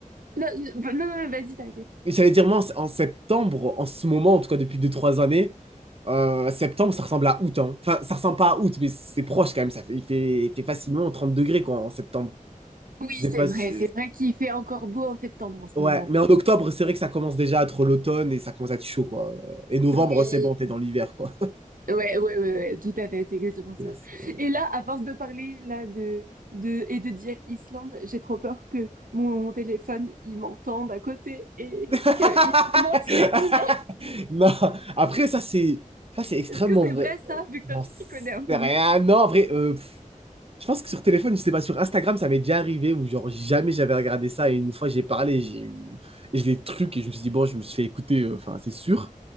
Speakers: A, on the right; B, on the right.
A: non, euh, non, non, mais vas-y, t'inquiète.
B: Mais J'allais dire, moi, en en septembre, en ce moment, en tout cas depuis deux trois années, euh, septembre, ça ressemble à août. hein. Enfin, ça ressemble pas à août, mais c'est proche quand même. Ça fait, il fait, il fait facilement 30 degrés, quoi, en septembre.
A: Oui,
B: Je sais
A: c'est
B: pas
A: vrai,
B: si.
A: c'est vrai qu'il fait encore beau en septembre en ce
B: Ouais,
A: moment.
B: mais en octobre, c'est vrai que ça commence déjà à être l'automne et ça commence à être chaud, quoi. Et novembre,
A: Oui,
B: c'est bon, t'es dans l'hiver, quoi.
A: ouais, ouais, ouais, ouais, tout à fait, c'est exactement ça.
B: Euh, c'est-
A: Et là, à force de parler là de, de et de dire Islande, j'ai trop peur que mon, téléphone il m'entende à côté et
B: <laughs>
A: qu'il augmente les billets.
B: Non, après, ça, c'est ça, c'est extrêmement
A: Est-ce que c'est
B: vrai.
A: vrai ça, vu que toi
B: J'en
A: tu
B: sais
A: t'y connais un peu
B: rien.
A: mieux?
B: Non, en vrai, euh, Je pense que sur téléphone, je sais pas, sur Instagram, ça m'est déjà arrivé où genre jamais j'avais regardé ça et une fois j'ai parlé, j'ai eu et je l'ai truc et je me suis dit bon, je me suis fait écouter, euh, enfin c'est sûr.